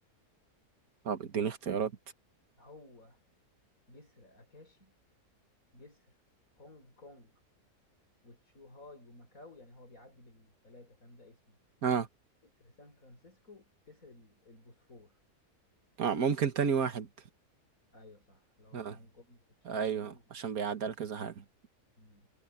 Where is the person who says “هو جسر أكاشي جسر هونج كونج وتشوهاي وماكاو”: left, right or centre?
Left